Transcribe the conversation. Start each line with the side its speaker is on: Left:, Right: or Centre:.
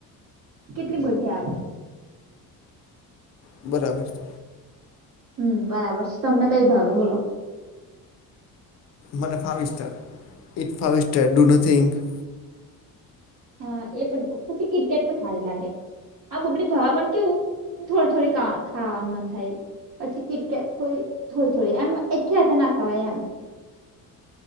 Right: કેટલી બધી આવે.
Left: બરાબર છે.
Right: હમ બરાબર છે. તમને કઈ ભાવે બોલો?
Left: મને ફાવી સ્ટાર, ઇટ ફાવી સ્ટાર ડુ નથિંક.
Right: હા એ પણ પછી કીટકેટ પણ હારી લાગે. આ બબલી ભાવે પણ કેવું થોડી થોડી કા ખાવાનું મન થાય. પછી કીટકેટ હોય થોડી થોડી એમ એકી હાથે ના ખવાય એમ.